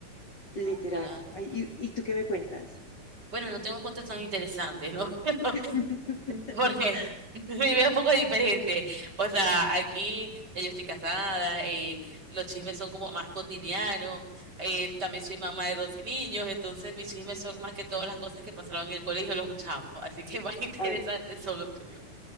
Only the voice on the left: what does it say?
literal.
Ay, ¿y, y tú qué me cuentas?
<laughs>
A ver,